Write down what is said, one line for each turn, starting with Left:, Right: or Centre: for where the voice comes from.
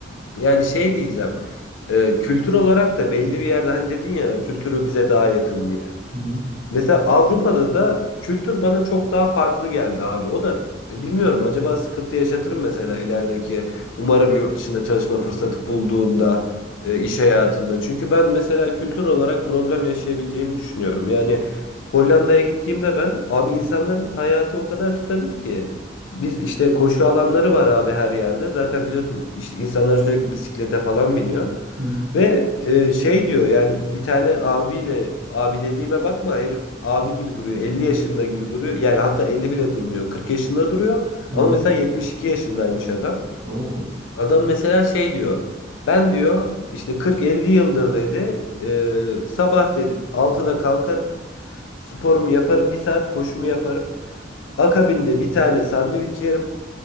Left: yani şey diyeceğim. e, kültür olarak da belli bir yerde hani dedin ya kültürü bize daha yakın diye.
Right: Hı hı,
Left: Mesela Avrupa'da da kültür bana çok daha farklı geldi abi. O da e, bilmiyorum acaba sıkıntı yaşatırım mesela ilerideki. Umarım yurt dışında çalışma fırsatı bulduğumda e, iş hayatında. Çünkü ben mesela kültür olarak problem yaşayabileceğimi düşünüyorum. Yani Hollanda'ya gittiğimde ben abi insanların hayatı o kadar stabil ki. Biz işte koşu alanları var abi her yerde. Zaten biliyorsun işte insanlar sürekli bisiklete falan biniyor.
Right: hı hı,
Left: Ve e, şey diyor yani bir tane abiyle abi dediğime bakma herif abi gibi duruyor 50 yaşında gibi duruyor yani hatta 50 bile durmuyor 40 yaşında duruyor
Right: hı
Left: ama
Right: hı.
Left: mesela 72 yaşındaymış adam.
Right: Oo.
Left: Adam mesela şey diyor ben diyor işte kırk elli yıldır dedi e, sabah dedi altıda kalkarım sporumu yaparım bir saat koşumu yaparım akabinde bir tane sandviç yerim